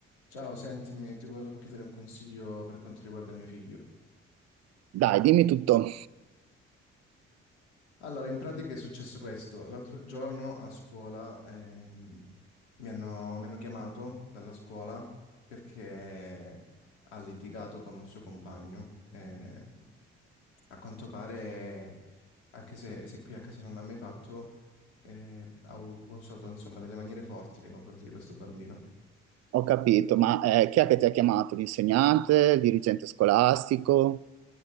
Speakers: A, on the left (about 80°); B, on the right (about 50°).
A: Ciao, sentimi, ti volevo chiedere un consiglio per quanto riguarda mio figlio.
B: Dai, dimmi tutto,
A: Allora, in pratica è successo questo. L'altro giorno a scuola ehm, mi hanno, mi hanno chiamato dalla scuola perché ha litigato con un suo compagno. Eh, a quanto pare, anche se, se qui a casa non l'ha mai fatto, eh, ha u- ha usato insomma delle maniere forti nei confronti di questo bambino.
B: ho capito, ma eh, chi è che ti ha chiamato? L'insegnante, il dirigente scolastico?